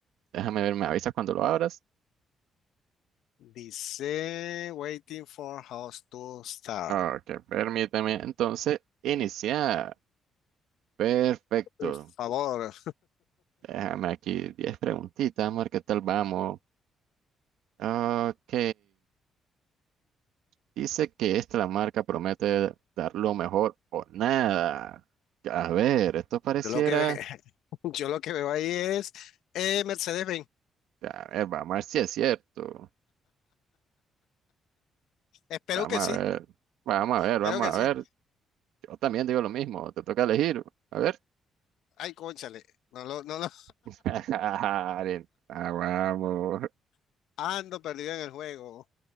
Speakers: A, on the right (about 80°); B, on the left (about 80°).
A: Déjame ver, me avisas cuando lo abras.
B: Dice waiting for house to start.
A: Ok, permíteme entonces iniciar. Perfecto.
B: Por favor,
A: Déjame aquí 10 preguntitas, amor, ¿qué tal vamos? Ok, dice que esta la marca promete dar lo mejor o nada. A ver, esto pareciera...
B: yo lo que ve, <laughs> yo lo que veo ahí es eh, Mercedes-Benz.
A: A ver, vamos a ver si es cierto.
B: Espero
A: Vamos
B: que sí,
A: a ver, vamos
B: espero
A: a ver, vamos
B: que
A: a
B: sí.
A: ver. Yo también digo lo mismo, te toca elegir. A ver.
B: Ay, cónchale, no lo, no lo
A: <laughs> Ah, vamos.
B: <laughs> ando perdido en el juego.